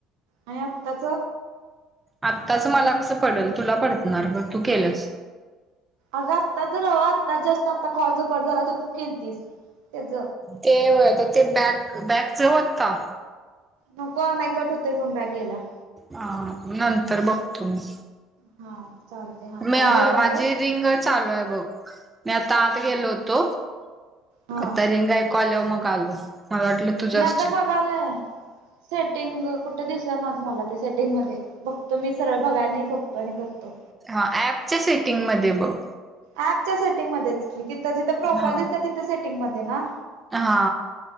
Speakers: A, on the right (about 65°); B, on the right (about 20°).
A: आणि आत्ताच?
B: आत्ताच मला कसं पडल तुला पडतणार ग तू केल्यास
A: अग आत्ता तच नव्हं आत्ता जस्ट आता कॉल जो कट झाला तो तू केलतीस. त्याच
B: ते व्हय ते तर बॅक बॅक च होत का?
A: नको नाही कट होत फोन बॅग घ्यायला.
B: ह नंतर बघतो मी.
A: हा. चालते हा काय
B: मी अ
A: बोलाल
B: माझी
A: तो
B: रिंग चालू आहे बघ मी आता आत
A: हा.
B: गेलो होतो.
A: हा
B: आता रिंग ऐकू आल्यावर मग आलो. मला वाटलं तुझं
A: मी
B: असशील
A: आता बघालय सेटिंग कुठ? दिस ना मला ते सेटिंग मध्ये बघतो मी सरळ बघाय नाही बघतो आणि करतो.
B: हा ऍपच्या सेटिंगमध्ये बघ.
A: ऍपच्या सेटिंग मध्ये च कि तिथं जिथं प्रोफाईल
B: हा
A: दिसत तिथे सेटिंग मध्ये ना,
B: हा.